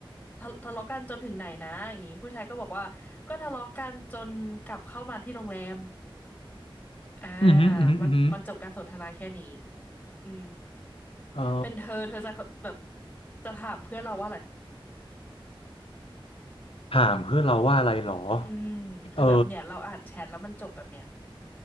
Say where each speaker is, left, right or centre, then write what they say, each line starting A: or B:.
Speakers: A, on the left; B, on the left.
A: ทะทะเลาะกันจนถึงไหนนะอย่างงี้ผู้ชายก็บอกว่าก็ทะเลาะกันจนกลับเข้ามาที่โรงแรมอ่า
B: อือหืออือหืออือหือ
A: มันมันจบการสนทนาแค่นี้อืม
B: อ๋อ
A: เป็นเธอเธอจะแบบจะถามเพื่อนเราว่าอะไร
B: ถามเพื่อนเราว่าอะไรหรอ
A: อืมคือแบบเนี่ยเราอ่านแชทแล้วมันจบแบบเนี้ย
B: เออ